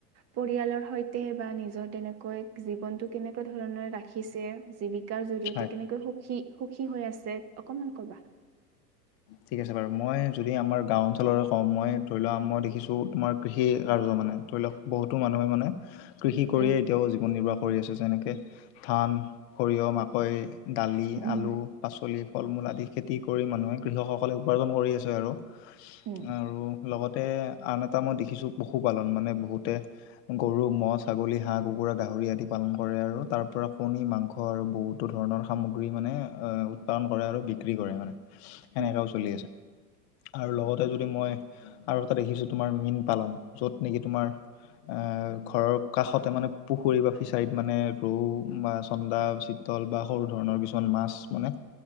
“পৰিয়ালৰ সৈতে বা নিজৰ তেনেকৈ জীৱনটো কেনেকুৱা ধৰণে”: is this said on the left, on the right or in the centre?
Right